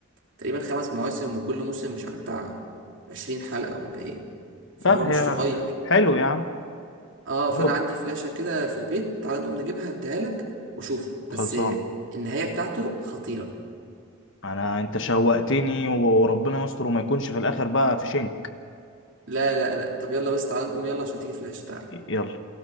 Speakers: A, on the right (about 60°); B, on the left (about 60°).
A: تقريبا خمس مواسم وكل موسم مش عارف بتاع عشرين حلقة ولا ايه فهو
B: طب هي
A: مش صغير
B: حلو يا عم
A: اه فانا
B: دوب
A: عندي فلاشة كده في البيت تعال نقوم نجيبها اديها لك وشوفه
B: خلصان
A: بس النهاية بتاعته خطيرة
B: انا انت شوقتني و- وربنا يستر وما يكونش في الاخر بقى في شنك
A: لا لا لا طب يلا بس تعال نقوم يلا عشان تيجي فلاشة تعال
B: يلا